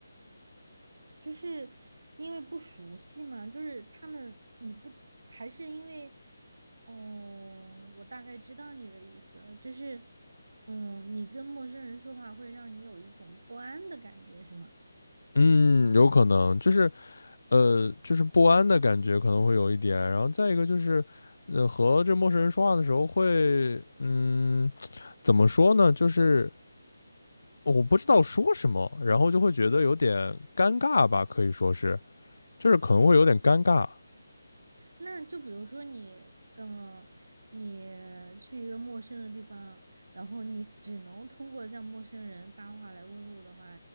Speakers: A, on the right; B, on the left.
A: 就是因为不熟悉嘛，就是他们你不还是因为，哦，我大概知道你的意思了，就是，嗯，你跟陌生人说话会让你有一种不安的感觉，是吗？
B: 嗯，有可能就是呃，就是不安的感觉可能会有一点，然后再一个就是，呃，和这陌生人说话的时候会，嗯。怎么说呢？就是我不知道说什么，然后就会觉得有点尴尬吧，可以说是，就是可能会有点尴尬。
A: 那就比如说你，嗯，你去一个陌生的地方，然后你只能通过向陌生人搭话来问路的话，